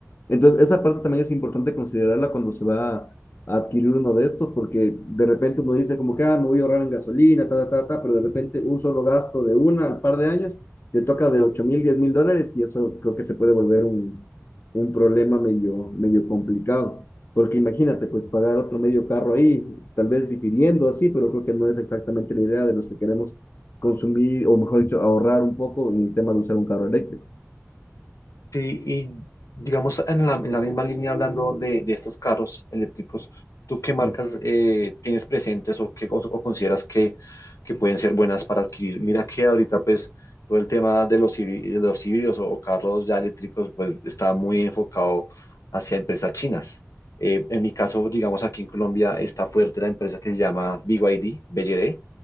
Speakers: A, on the left; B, on the left.
A: Entonces, esa parte también es importante considerarla cuando se va a adquirir uno de estos porque de repente uno dice como que, ah, me voy a ahorrar en gasolina, ta, ta, ta, ta, pero de repente un solo gasto de una al par de años te toca de ocho mil, diez mil dólares y eso creo que se puede volver un un problema medio, medio complicado. Porque imagínate, pues pagar otro medio carro ahí, tal vez difiriendo así, pero creo que no es exactamente la idea de los que queremos consumir, o mejor dicho, ahorrar un poco en el tema de usar un carro eléctrico.
B: Sí, y digamos en la, en la misma línea hablando de, de estos carros eléctricos, ¿tú qué marcas
A: Mm.
B: eh, tienes presentes o, qué, o, o consideras que, que pueden ser buenas para adquirir? Mira que ahorita pues todo el tema de los, híbri- de los híbridos o, o carros ya eléctricos pues está muy enfocado hacia empresas chinas. Eh, en mi caso, digamos aquí en Colombia está fuerte la empresa que se llama BYD, BYD,